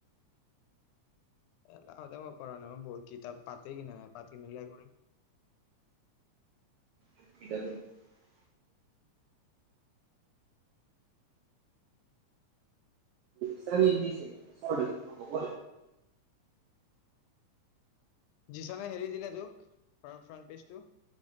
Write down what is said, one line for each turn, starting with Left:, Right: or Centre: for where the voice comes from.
Left: এলাহতে মই কৰা নাই মই ব কিতাপ পাতেই কিনা নাই পাত কিনিলে কৰিম।
Right: <inaudible> চ দিছে চ ব
Left: যিছনে হেৰি দিলে তোক ফ্ৰ ফ্ৰণ্ট পেজটো?